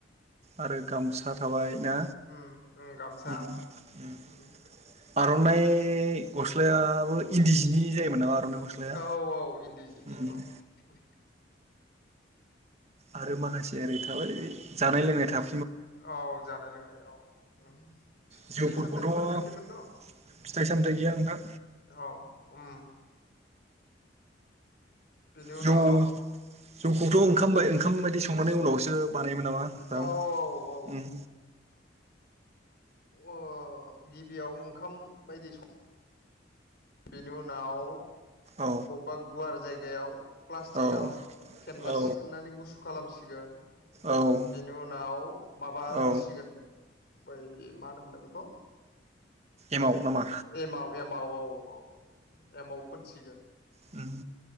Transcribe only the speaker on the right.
आरो गामसा थाबाय ना
ओम ओम
आर'नाइ गस्लायाबो इन्दि जिनि जायोमोन आर'नाइ नामा? गस्लाया
उम
आरो माखासे ओरै थाबाय जानाय लोंनाय थाब
जौफोरखौथ'
फिथाइ सामथाय गैया नोंथां‌।
जौ जौखौथ' ओंखाम बाय ओंखाम बायदि संनानै उनावसो बानाय मोन नामा नोंथां
उम
औ
औ
औ
औ
औ
एमाव नामा
उम